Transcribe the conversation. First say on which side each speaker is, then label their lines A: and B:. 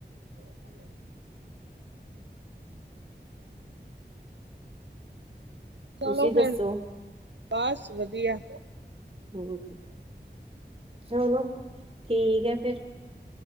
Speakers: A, on the right (about 85°); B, on the right (about 30°).
A: ਐ ਵੀ ਆ। <inaudible> ਚਲੋ
B: ਤੁਸੀਂ
A: ਫੇਰ,
B: ਦੱਸੋ
A: ਬਾਸ ਵਧੀਆ।
B: ਹੁਣ ਰੋਟੀ ਚਲੋ, ਠੀਕ ਐ ਫੇਰ।